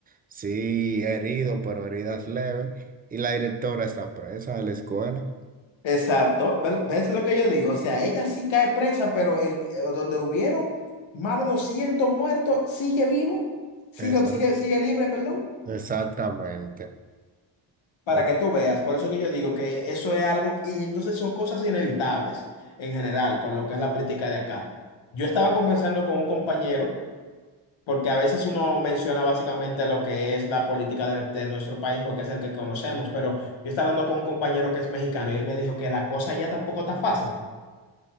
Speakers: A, on the right; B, on the left.
A: Sí, herido, pero heridas leves. Y la directora está presa de la escuela.
B: Exacto, Ve- ¿ves lo que yo digo? O sea, ella sí cae presa, pero el, eh, donde hubieron más de 200 muertos, sigue vivo, sigue,
A: Exact-
B: sigue, sigue libre, perdón,
A: exactamente.
B: para
A: ¿No
B: que tú veas. Por eso que yo digo que eso es algo, y entonces son cosas inevitables en general con lo que es la política de acá. Yo estaba conversando con un compañero, porque a veces uno menciona básicamente lo que es la política de, de nuestro país, porque es el que conocemos, pero yo estaba hablando con un compañero que es mexicano y él me dijo que la cosa ya tampoco está fácil.